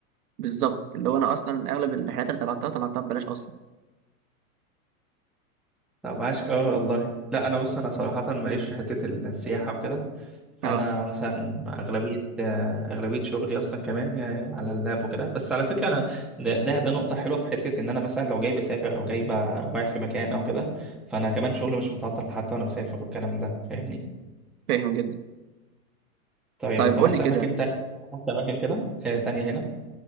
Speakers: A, on the right; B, in the centre.
A: بالظبط اللي هو انا اصلا اغلب الرحلات اللي طلعتها طلعتها ببلاش اصلا
B: طب عاش اه والله لا انا بص انا صراحه ماليش في حته السياحه وكده فانا
A: اه
B: مثلا اغلبيه آه، اغلبيه شغلي اصلا كمان يعني على اللاب وكده بس على فكره انا ده ده, ده نقطه حلوه في حته ان انا مثلا لو جاي بسافر او جاي ب- رايح في مكان او كده فانا كمان شغلي مش متعطل حتى وانا مسافر والكلام ده فاهمني
A: فاهم جدا
B: طيب
A: طيب
B: انت
A: قول
B: رحت
A: لي كده
B: اماكن تانية رحت اماكن كده آه، تانية هنا